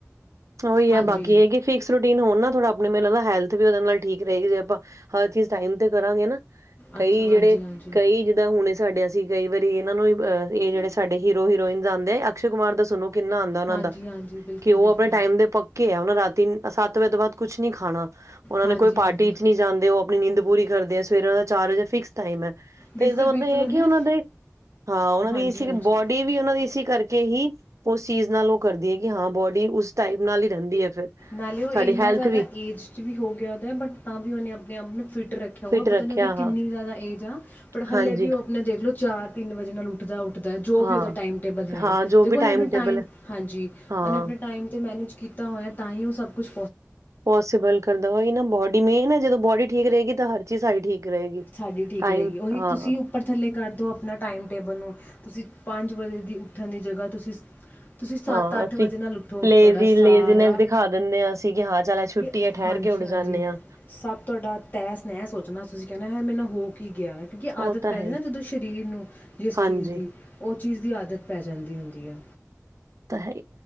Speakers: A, on the right; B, on the left.
A: ਉਹੀ
B: ਹਾਂਜੀ
A: ਹੈ ਬਾਕੀ ਇਹਗੀ ਫਿਕਸ ਰੂਟੀਨ ਹੋਣ ਨਾ ਥੋੜ੍ਹਾ ਆਪਣੀ ਮੈਨ ਲੱਦਾ ਹੈਲਥ ਵੀ ਉਹਦੇ ਨਾਲ ਠੀਕ ਰਹੇਗੀ ਜੇ ਆਪਾਂ ਹਰ ਚੀਜ਼ ਟਾਈਮ ਤੇ ਕਰਾਂਗੇ ਨਾ ਕਈ
B: ਅੱਛਾ ਹਾਂਜੀ
A: ਜਿਹੜੇ
B: ਹਾਂਜੀ
A: ਕਈ ਜਿੱਦਾਂ ਹੁਣੇ ਸਾਡੇ ਸੀ ਕਈ ਵਾਰੀ ਇਹਨਾਂ ਨੂੰਹ ਇਹ ਜਿਹੜੇ ਸਾਡੇ ਹੀਰੋ ਹੀਰੋਇਨ ਜਾਂਦੇ ਆ ਅਕਸ਼ੇ ਕੁਮਾਰ ਦਾ ਸੁਣੂੰ ਕਿੰਨਾ ਆਉਂਦਾ ਉਹਨਾਂ
B: ਹਾਂਜੀ
A: ਦਾ
B: ਹਾਂਜੀ ਬਿਲਕੁਲ
A: ਕਿ ਉਹ
B: ਬਿਲਕੁਲ
A: ਆਪਣੇ ਟਾਈਮ ਦੇ ਪੱਕੇ ਆ ਉਹਨਾ ਰਾਤੀ ਸੱਤ ਵਜੇ ਤੋਂ ਬਾਅਦ ਕੁੱਛ ਨੀ ਖਾਣਾ। ਉਹਨਾ
B: ਹਾਂਜੀ
A: ਨੂੰ ਕੋਈ ਪਾਰਟੀ
B: ਹਾਂਜੀ
A: ਚ ਨੀ ਜਾਂਦੇ ਉਹ ਆਪਣੀ ਨਿੰਂਦ ਪੂਰੀ ਕਰਦੇ ਆ ਸਵੇਰ ਉਹ ਦਾ ਚਾਰ ਵਜੇ ਫਿਕਸ ਟਾਈਮ ਹੈ। ਤੇ
B: ਬਿਲਕੁਲ
A: ਇਸਦਾ
B: ਬਿਲਕੁਲ
A: ਮਤਲਬ ਇਹ ਹੈ
B: ਉਹੀ
A: ਕਿ
B: ਨਾ
A: ਉਹਨਾਂ ਦੇ ਹਾਂ ਉਹਨਾਂ
B: ਹਾਂਜੀ
A: ਦੀ ਸੀ
B: ਹਾਂਜੀ
A: ਬੋਡੀ ਵੀ ਉਹਨਾਂ ਦੀ ਕਰਕੇ ਹੀ ਉਹ ਚੀਜ਼ ਨਾਲ ਉਹ ਕਰਦੀ ਹੈ ਕਿ ਹਾਂ ਬੋਡੀ ਉਸ ਟਾਈਪ ਨਾਲ ਹੀ ਰਹਿੰਦੀ ਹੈ। ਫਿਰ
B: ਨਾਲੇ ਉਹ
A: ਸਾਡੀ
B: ਇੰਨਾ
A: ਹੈਲਥ
B: ਜ਼ਿਆਦਾ
A: ਵੀ
B: ਏਜ ਚ ਵੀ ਹੋ ਗਿਆ ਉਹਦਾ ਬਟ ਤਾਂ ਵੀ ਉਹਨੇ ਆਪਣੇ ਆਪ ਨੂੰ ਫਿਟ ਰੱਖਿਆ ਹੋ
A: ਫਿਟ ਰੱਖਿਆ
B: ਪਤਾ ਉਹਦੀ
A: ਹਾਂ।
B: ਕਿੰਨੀ ਜ਼ਿਆਦਾ ਏਜ ਆ ਪਰ ਹਾਲੇ
A: ਹਾਂਜੀ,
B: ਵੀ ਉਹ ਆਪਣੇ ਦੇਖਲੋ ਚਾਰ ਤਿੰਨ ਵਜੇ ਨਾਲ ਉੱਠਦਾ। ਜੋ
A: ਹਾਂ,
B: ਵੀ ਉਹਦਾ ਟਾਈਮ ਟੇਬਲ ਹੈਗਾ
A: ਹਾਂ ਜੋ
B: ਦੇਖੋ
A: ਵੀ
B: ਉਹਨੇ ਆਪਣੇ
A: ਟੇਬਲ
B: ਟਾਈਮ
A: ਹੈ
B: ਹਾਂਜੀ
A: ਹਾਂ।
B: ਉਹਨੇ ਆਪਣੇ ਟਾਈਮ ਤੇ ਮੈਨੇਜ ਕੀਤਾ ਹੋਇਆ ਤਾਂ ਹੀ ਉਹ ਸਭ ਕੁਛ
A: ਪੋਸੀਬਲ ਕਰਦਾ ਵਹੀ ਨਾ ਬੋਡੀ ਮੇਨ ਹੈ ਜਦੋਂ ਬੋਡੀ ਠੀਕ ਰਹੇਗੀ ਤਾਂ ਹਰ ਚੀਜ਼ ਆਈ ਠੀਕ। ਰਹੇਗੀ।
B: ਸਾਡੀ ਠੀਕ
A: ਟਾਈਮ
B: ਰਹੇਗੀ ਉਹੀ
A: ਹਾਂ,
B: ਤੁਸੀਂ ਉੱਪਰ ਥੱਲੇ ਕਰਦਓ ਆਪਣਾ ਟਾਈਮ ਟੇਬਲ ਨੂੰ ਤੁਸੀਂ ਪੰਜ ਵਜੇ ਦੀ ਉੱਠਣ ਦੀ ਜਗ੍ਹਾ ਤੁਸੀਂ ਤੁਸੀਂ
A: ਹਾਂ ਅਸੀਂ
B: ਵਜੇ ਨਾਲ ਉੱਠੋ
A: ਲਜ਼
B: ਤੁਹਾਡਾ ਸਾਰਾ
A: ਲੇਜ਼ੀਨੈਸ ਦਿਖਾ ਦਿੰਦੇ ਹਾਂ ਅਸੀਂ ਕਿ ਹਾਂ ਚੱਲ ਛੁੱਟੀ
B: ਕਿ
A: ਆ ਠਹਿਰ
B: ਹਾਂਜੀ
A: ਕਿਉਂ ਜੁੱੜ
B: ਹਾਂਜੀ
A: ਜਾਂਦੇ ਹਾਂ।
B: ਸਭ ਤੁਹਾਡਾ ਤੈਅ ਸ ਨਹਿ ਸੋਚਣਾ ਤੁਸੀਂ ਕਹਿੰਦੇ ਹੈ ਮੇਰੇ ਨਾਲ ਹੋ ਕੇ ਹੀ ਗਿਆ ਹੈ ਕਿਉਂਕਿ
A: ਉਹ
B: ਆਦਤ
A: ਤਾਂ
B: ਪੈਦੀ
A: ਹੈ ਹੀ
B: ਨਾ ਜਦੋਂ ਸਰੀਰ ਨੂੰ ਜਿਸ
A: ਹਾਂਜੀ
B: ਚੀਜ਼ ਦੀ ਉਹ ਚੀਜ਼ ਦੀ ਆਦਤ ਪੈ ਜਾਂਦੀ ਹੁੰਦੀ ਹੈ।
A: ਤਾਂ